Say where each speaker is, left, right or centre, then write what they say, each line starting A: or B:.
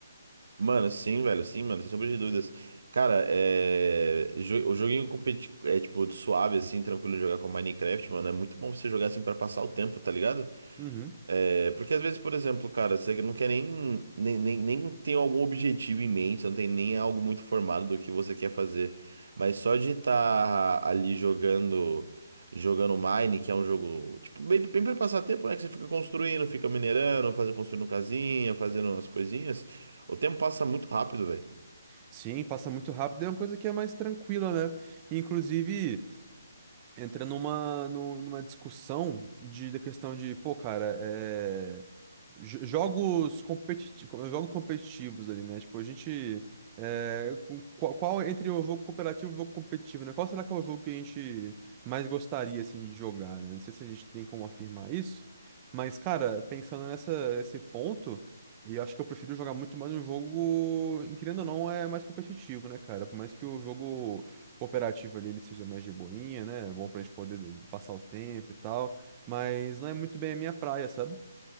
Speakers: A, on the right; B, on the right.
A: Mano, sim, velho, sim, mano, sem sombra de dúvidas. Cara, é... jo- o joguinho competi... é, tipo, suave, assim, tranquilo de jogar com Minecraft, mano, é muito bom pra você jogar, assim, pra passar o tempo, tá ligado?
B: Uhum.
A: É, porque às vezes, por exemplo, cara, você não quer nem, nem, nem, nem tem algum objetivo em mente, você não tem nem algo muito formado do que você quer fazer. Mas só de estar ali jogando, jogando Mine, que é um jogo, tipo, bem, bem para passar tempo, né? Que você fica construindo, fica minerando, fazendo, construindo casinha, fazendo as coisinhas. O tempo passa muito rápido, velho.
B: Sim, passa muito rápido, é uma coisa que é mais tranquila, né? Inclusive entra numa, nu- numa discussão de, da questão de, pô, cara, é, jo- jogos competitivos, jogos competitivos ali, né? Tipo, a gente. é, com- qual, qual entre o jogo cooperativo e o jogo competitivo, né? Qual será que é o jogo que a gente mais gostaria, assim, de jogar, né? Não sei se a gente tem como afirmar isso, mas, cara, pensando nessa, nesse ponto. E eu acho que eu prefiro jogar muito mais um jogo, em- querendo ou não, é mais competitivo, né, cara? Por mais que o jogo cooperativa ali ele seja mais de boinha, né? É bom pra gente poder passar o tempo e tal. Mas não é muito bem a minha praia, sabe?